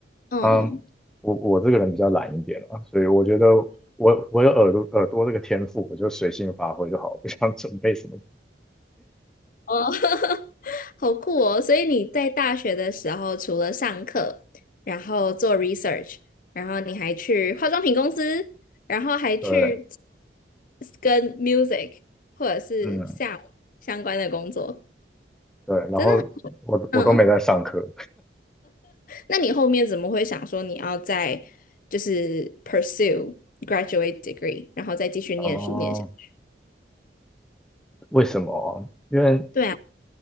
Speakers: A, on the left (about 50°); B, in the centre.
A: 嗯，
B: 啊。嗯，我我这个人比较懒一点啊，所以我觉得我我有耳朵耳朵这个天赋，我就随性发挥就好，不想准备什么。
A: 哦，<laughs> 好酷哦！所以你在大学的时候，除了上课，然后做 research，然后你还去化妆品公司，然后还去
B: 对，
A: 跟 music 或者是
B: 嗯。
A: sound 相关的工作，
B: 对，然后我我都没在上课。
A: 真的很嗯。那你后面怎么会想说你要再就是 pursue graduate degree，然后再继续念书念下去
B: 哦，为什么？因为
A: 对啊，